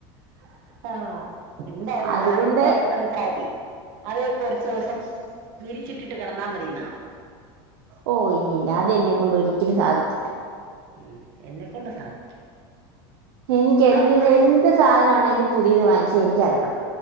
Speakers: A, on the right (about 65°); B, on the right (about 80°).
A: ആ എന്തായാലും
B: അതുകൊണ്ട്
A: ഞാൻ എന്റെ അഭിപ്രായത്തി അത് കുറച്ച് ദോസം വിരിച്ചിട്ടിട്ട് കിടന്നാൽ മതിന്നാണ്
B: ഓ ഇല്ല ഇല്ല അതെന്നെ കൊണ്ട് ഒരിക്കലും സാധിക്കില്ല
A: ഉം എന്നെക്കൊണ്ട് സാധിക്കും
B: എനിക്ക്
A: ആ
B: എന്ത്
A: ഫ്രഷ്
B: എന്ത് സാധനമാണേലും പുതിയത് വാങ്ങിച്ചാ എനിക്ക് അല